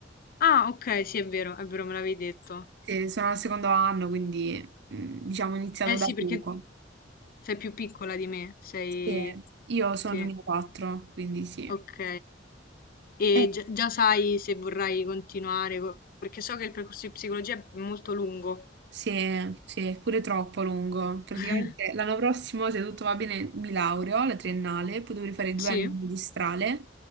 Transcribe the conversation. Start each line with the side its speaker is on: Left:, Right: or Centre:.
Left: Ah, ok, sì, è vero, è vero, me l'avevi detto.
Right: Sì, sono al secondo anno, quindi mm, diciamo ho iniziato
Left: Eh
Right: da
Left: sì,
Right: poco.
Left: perché sei più piccola di me, sei...
Right: Sì, io sono
Left: Sì,
Right: 2004, quindi sì.
Left: ok. E
Right: Eh,
Left: gi- già sai se vorrai continuare, co- perché so che il percorso di psicologia è molto lungo.
Right: Sì, sì, è pure troppo lungo. Praticamente
Left: <laughs>
Right: l'anno prossimo, se tutto va bene, mi laureo alla triennale, poi dovrei fare due
Left: Sì,
Right: anni di magistrale,